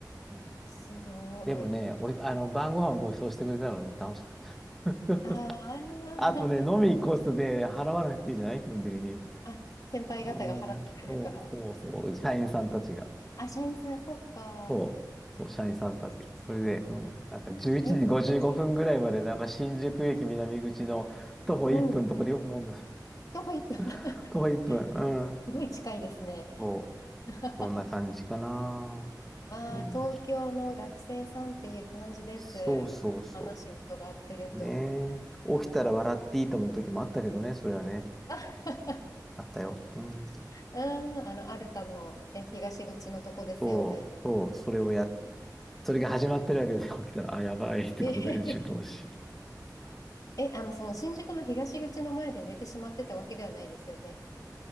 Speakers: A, in the centre; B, on the left.
A: ょっとうん
B: すごい。
A: でもね、おい、あの、晩ご飯ご馳走してくれたので楽しかった。<laughs>
B: あーあー、
A: あとね、飲み行こうとで払わなくていいじゃない基本的に。
B: あ、先輩方が払ってくれるから。
A: うん、そう、そうそう、社員さんたちが。
B: あ、社員さん、そっか。
A: そう、そう、社員さんたちが。それで、うん、なんか11時55分ぐらいまで、
B: 社員さんたち。
A: なんか新宿駅南口の徒歩1分のとこでよく飲んでた。
B: うん。徒歩一分。<laughs> す
A: <laughs> 徒歩1分、うん。
B: ごい近いですね。
A: そ
B: <laughs>
A: う、そんな感じかな。
B: ああ、
A: うん。
B: 東京の学生さんっていう感じです。
A: そうそうそ
B: 話伺ってると。
A: う。ねえ。起きたら笑っていいと思う時もあったけどね、
B: たの
A: それはね。
B: あ <laughs>
A: あったよ。うん。
B: うん、あの、アルタのえ東口のとこですよね。
A: そう、そう、それをやっ、それが始まってるわけで、起きたら、あ、やばいってことで、
B: え、
A: <laughs> 集中し。
B: <laughs> え、あの、その新宿の東口の前で寝てしまってたわけではないですよね。